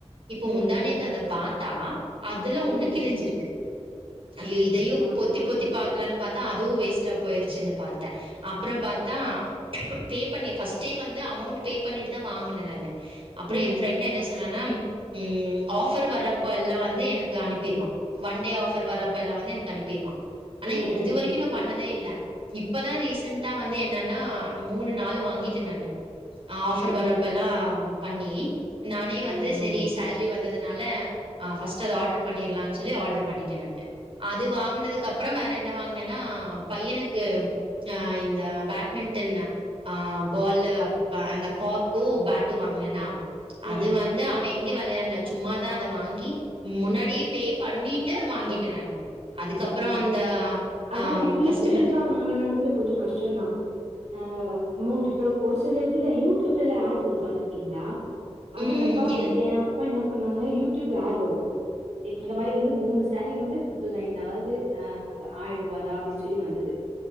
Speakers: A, on the right; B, on the right.
A: இப்ப
B: ம்
A: முந்தா நேத்து அத பாத் தா அதுல ஒண்ணு
B: ம்
A: கிழிஞ்சிருக்கு ஐயோ இதையோ
B: ஆ
A: பொத்தி-
B: ஆ
A: பொத்தி பாக்கலாம்னு பாத்தா த அதுவும் வேஸ்ட்டா போயிருச்சுன்னு பாத்த அப்புறோ பாத் தா பே பண்ணி ஃபர்ஸ்ட்டே வந்து அமௌண்ட் பே பண்ணிட்டு தா வாங்குனே நானு அப்புறோ
B: ம்
A: என் ஃப்ரெண்ட் என்ன சொன்னானா ம் ஆஃபர் வரப்பல்லா வந்து எனக்கு அனுப்பிருவான் ஒன் டே ஆஃபர் வரப்பல்லா வந்து எனக்கு அனுப்பிதருவான் ஆனா
B: ம் ம்
A: இது வரைக்கோ நா பண்ணதே இல்ல இப்பதா ரீசண்டா வந்து என்னன்னா மூணு நாளு வாங்கிட்டே நானு ஆஃபர்
B: ம் ம்
A: வரபெல்லாம் பண்ணி நானே
B: ம்
A: வந்து செரி சேலரி வந்தது னால ஹ ஃபர்ஸ்ட்டு அத ஆர்டரு பண்ணிடலானு சொல்லி ஆர்டர் பண்ணிட்டேன் நானு அது வாங்குனதுக்கு அப்ரோ வேற என்ன வாங்குன்னேன்னா பையனுக்கு ஹ இந்த அ பேட்மிண்டன் ஆ பால்லு அப் அந்த காக்கு பேட்டு வாங்குனேனா
B: ம்
A: அது வந்து அவ எங் <unintelligible> வெளையாண்ட சும்மாதா அத வாங்கி முன்னாடியே பே பண்ணிட்டு வாங்கிட்ட நானு அதுக்கப்புறம்
B: ம் ம்
A: அந்த
B: அதா
A: ஆம்
B: அந்த ப்ரீபெய்ட்
A: கஸ்டமருக்கு
B: தா வாங்குனாலுமே கொஞ்சோ கஷ்டம் தா ஆ <unintelligible> ஒரு சில இதுல யூடியூப்லலா ஆட் வரும் பாத்திருக்கீங்ளா அதுல
A: ம்
B: பாத்து
A: இல்
B: என் அப்பா என்ன பண்ணாங்க யூடூப்ல ஆட் வரும் இப்ப
A: ம்.
B: இந்த மாரி வந்து மூணுஸ் <unintelligible> வந்து இல்லைங் அதாவது ஹ அப் ஆயிர்ரூபா தா அப்டின்னு சொல்லி வந்துது